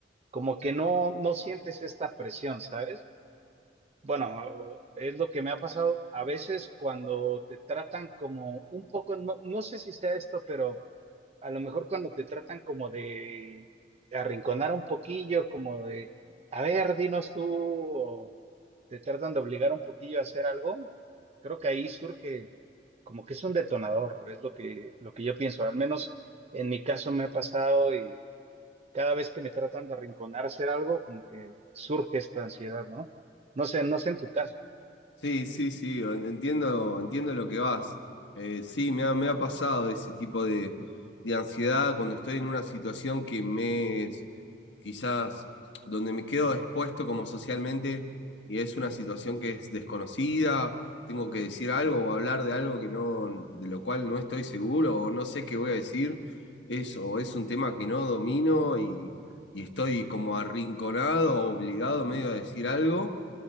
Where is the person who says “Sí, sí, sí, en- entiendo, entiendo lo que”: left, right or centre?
Left